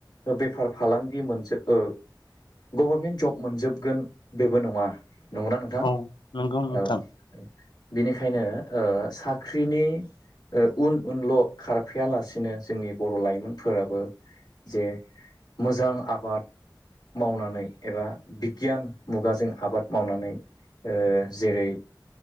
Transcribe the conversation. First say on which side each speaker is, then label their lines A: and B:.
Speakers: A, on the left; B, on the left.
A: बेफार फालांगि मोनज गभर्मेन्ट जब मोनजोबगोन बेबो नङा । नंगौना नोंथां
B: औ नंगौ नोंथां
A: औ। बिनिखायनो ओ साख्रिनि उन उनल' खारफैायालासिनो जोंनि बर' लाइमोनफोराबो जे मोजां आबाद मावनानै एबा <unintelligible> मुगाजों आबाद मावनानै जेरै